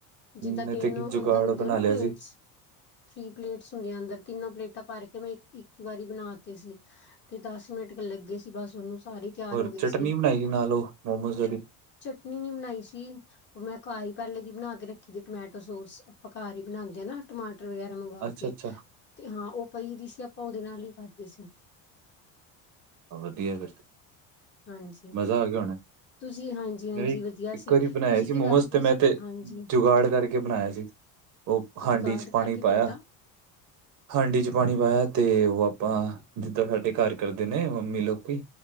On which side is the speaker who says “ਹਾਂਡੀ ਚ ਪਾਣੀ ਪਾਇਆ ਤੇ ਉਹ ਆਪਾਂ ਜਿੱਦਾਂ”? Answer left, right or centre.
Right